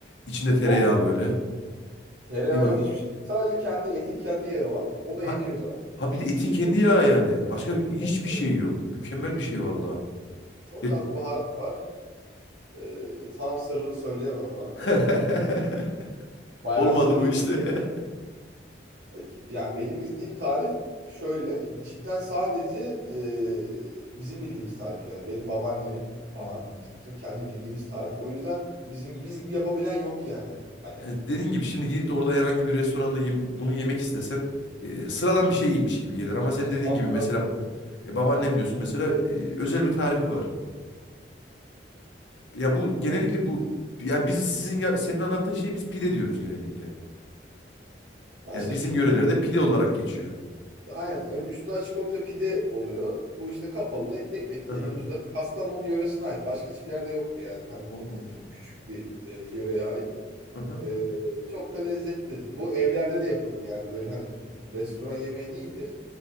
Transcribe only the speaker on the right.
Çok
mu? Tereyağı
yok hiçbir şey. Sadece kendi eti kendi yağı var. O da
yetiyor zaten.
Hiçbir
şey
gerek
Tabii tabii.
hiç-
Çok
az bir baharat var. Ee, sana sırrını söyleyemem ama.
<laughs> Bayağı
sır.
Yani Yani benim bildiğim tarif şöyle. Cidden sadece e, bizim bildiğimiz tarif yani. Benim babaannemin falan.
işte bizim kendi bildiğimiz tarif. O yüzden bizim biz gibi yapabilen yok yani. Hani
tabii
tabii tabii.
Ya
işte
pide
Aynen. Ön üstü açık olunca pide oluyor. Bu işte kapalı etli ekmek
diye
geçiyor. Zaten Kastamonu yöresine ait. Başka hiçbir yerde yoktu yani. Hani
çok küçük bir e, yöreye ait.
E, çok da lezzetlidir. Bu evlerde de yapılır yani. Böyle hani restoran yemeği değildir.